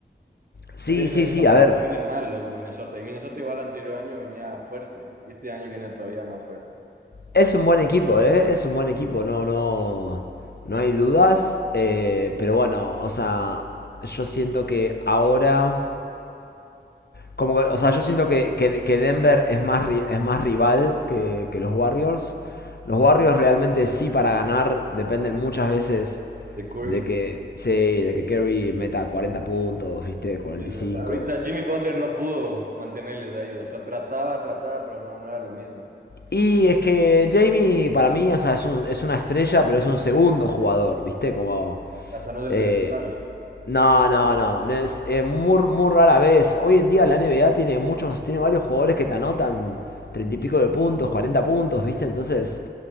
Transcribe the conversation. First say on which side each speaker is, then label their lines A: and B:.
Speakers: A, on the left; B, on the right.
A: sí,
B: sea, vienen-
A: sí, sí.
B: tampoco
A: A ver,
B: es que vienen mal los Minnesota. Y Minnesota igual el anterior año venía fuerte. Y este año viene todavía más fuerte.
A: Es un buen equipo, ¿eh? Es un buen equipo, no, no, no hay dudas. eh, pero bueno, o sea, yo siento que ahora, como que, o sea, yo siento que, que- que Denver es más, ri- es más rival que, que los Warriors. Los Warriors realmente sí para ganar dependen muchas veces
B: De Curry.
A: de que, sí, de que Curry meta 40 puntos, viste, cuarenta
B: Y el-
A: y cinco.
B: ahorita Jimmy Butler no pudo mantenerles a ellos. O sea, trataba, trataba, pero no, no era lo mismo.
A: Y es que Jamie, para mí, o sea, es, un- es una estrella, pero es un segundo jugador, ¿viste? Como.
B: O sea, no es el
A: eh,
B: principal.
A: no, no, no, no es eh, muy, muy rara vez. Hoy en día la NBA tiene muchos, tiene varios jugadores que te anotan treinta y pico de puntos, 40 puntos, ¿viste? Entonces,